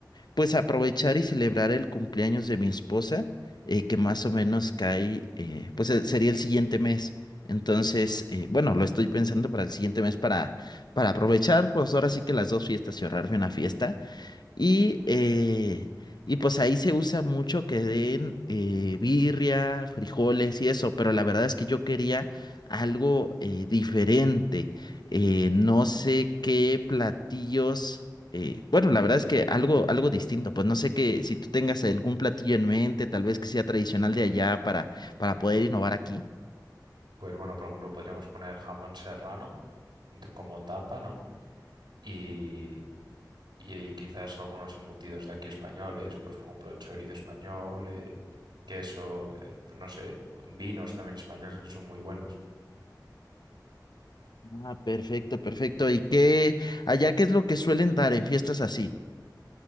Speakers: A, on the left; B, on the right.
A: Pues aprovechar y celebrar el cumpleaños de mi esposa, eh, que más o menos cae, eh, pues eh, sería el siguiente mes. Entonces, eh, bueno, lo estoy pensando para el siguiente mes para, para aprovechar, pues ahora sí que las dos fiestas y ahorrarme una fiesta y, eh, y pues ahí se usa mucho que den eh, birria, frijoles y eso, pero la verdad es que yo quería algo eh, diferente. Eh, no sé qué platillos, eh, bueno, la verdad es que algo, algo distinto, pues no sé que si tú tengas algún platillo en mente, tal vez que sea tradicional de allá para, para poder innovar aquí.
B: Pues bueno, por ejemplo, podríamos poner jamón serrano de- como tapa, ¿no? Y, y quizás algunos embutidos de aquí españoles, pues por ejemplo, chorizo español, eh, queso, eh, pues no sé, vinos también españoles que son muy buenos.
A: Ah, perfecto, perfecto. ¿Y qué, allá qué es lo que suelen dar en fiestas así?